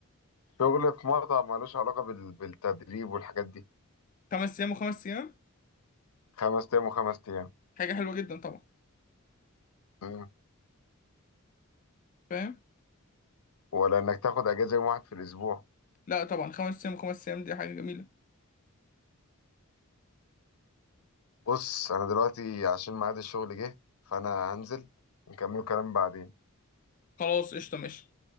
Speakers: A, on the left; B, on the left.
A: شغل في مطعم ملوش علاقه بال- بالتدريب والحاجات دي
B: خمس ايام وخمس ايام
A: خمس ايام وخمس ايام
B: حاجه حلوه جدا طبعا
A: مم.
B: فاهم
A: ولا انك تاخد اجازه يوم واحد في الاسبوع
B: لا طبعا خمس ايام وخمس ايام دي حاجه جميله
A: بص انا دلوقتي عشان ميعاد الشغل جه فانا هنزل نكمل كلام بعدين
B: خلاص قشطه ماشي